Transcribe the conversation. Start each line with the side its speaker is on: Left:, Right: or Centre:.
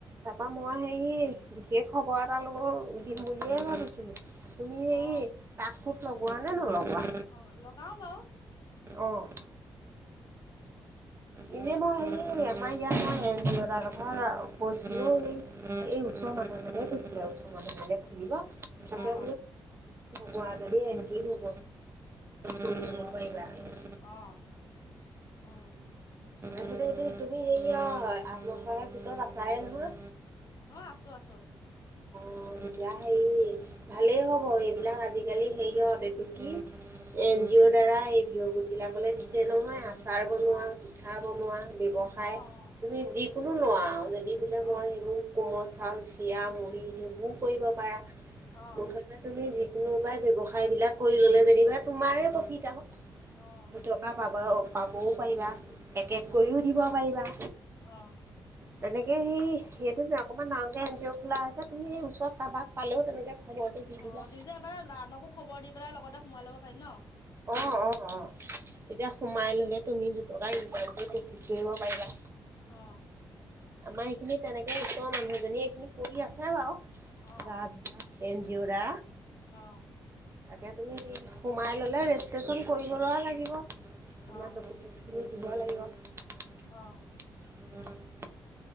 Right: তাৰপা মই সে বিশেষ খবৰ এটা ল'বলৈ দিম বুলিয়ে ভাবিছিলো। তুমি এই
Left: অ
Right: তাঁত সুত লগোৱা নে নলগোৱা?
Left: অ লগাও বাৰু
Right: অ' এনে মই হেৰি আমাৰ ইয়াত মই এনজিঅত। তাৰ কথা কৈছিলো এই এই ওচৰৰ মানুহ এজনে কৈছিলে ওচ। মনে-মনে খুলিব তাকে
Left: অ
Right: বোলো তুমি। <unintelligible>
Left: অ' উম।
Right: আজিলৈ এনে তুমি হেৰিয়া আত্মসহায়ক গোটত আছায়ে নহয়।
Left: অ' আছো, আছো।
Right: অ' তেতিয়া হেই ভালেই হ'ব, এইবিলাক আজিকালি হেৰিয়ত এইটো কি। এন জি অ'ৰ দ্বাৰা এই বিয় গোট বিলাকলে দিছে নহয় আ। আচাৰ বনোৱা,
Left: অ
Right: পিঠা বনোৱা ব্যৱসায়
Left: অ',
Right: তুমি যি। কোনো নোৱাৰ যদি বোলে
Left: অ',
Right: মই সেইবোৰ। কোমল চাউল, চিৰা, মুড়ি সেইবোৰ কৰিব পাৰা
Left: অ',
Right: মুঠতে তুমি যিকোনোবাই ব্যৱসায় বিলাক কৰি ল'লে যেনিবা তোমাৰ প্ৰকৃত আহ।
Left: অ',
Right: দুটকা পাব পাবও
Left: উম,
Right: পাৰিবা, পেকেট
Left: হয়,
Right: কৰিও দিব পাৰিবা।
Left: অ'
Right: তেনেকে সেই সেইটো নে অকণমান ডাঙৰকে এন জি অ' খোলা হৈছে তুমি সেই ওচৰত কাৰোবাক পালেও। তেনেকে খবৰটো দি দিবা
Left: অ' নিজে এবাৰ আনকো খবৰ দি পেলাই লগতে সোমাই ল'ব পাৰিম ন।
Right: অ' অ' অ' তেতিয়া
Left: অ',
Right: সোমাই ল'লে তুমি দুটকা ইনকম কৰি প্ৰফিট কৰিব পাৰিবা।
Left: অ'
Right: আমাৰ সেইখিনি তেনেকে ই মানুহজনী এইখিনি কৰি আছে বাৰু
Left: অ',
Right: গা যোগা এ ন জিওৰা
Left: অ'
Right: তাকে তুমি সোমাই ল'লে ৰেজিষ্ট্ৰচন কৰিবলৈ লাগিব। তোমাৰ
Left: অ',
Right: ডকুমেন্টচ খিনি দিব লাগিব।
Left: অ'
Right: <inaudible>